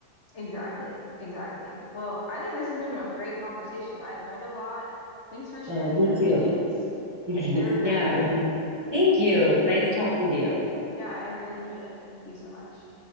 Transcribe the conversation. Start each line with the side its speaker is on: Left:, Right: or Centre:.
Left: Exactly, exactly. Well, I think this has been a great conversation. I learned a lot. Thanks for sharing
Right: Oh, me
Left: your opinions.
Right: too. <laughs> Thanks.
Left: They were great.
Right: Yeah. it was nice. Thank you. Nice talking to you.
Left: Yeah, I really enjoyed it. Thank you so much.